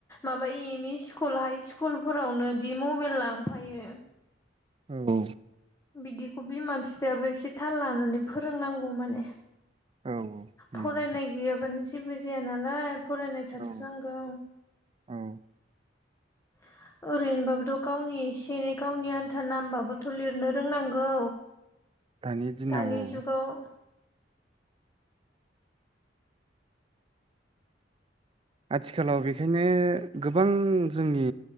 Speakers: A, on the left; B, on the right.
A: माबा M E school high school फोरावनो दि मबेल लांफायो।
B: औ औ
A: बिदिखौ बिमा-फिफायाबो इसे थाल लानानै फोरोंनांगौ माने
B: औ नंगौ
A: फरायनाय
B: नोंथां
A: गैयाबानो जेबो जाया नालाय फरायनाय थाथारनांगौ।
B: औ औ
A: <inaudible> ओरैनोबाबोथ' गावनि इसे एनै गावनि आनथा नामबाबोथ' लिरनो रोंनांगौ।
B: दानि दिनाव
A: दानि
B: औ
A: जुगाव
B: आथिखालाव बेखायनो गोबां जोंनि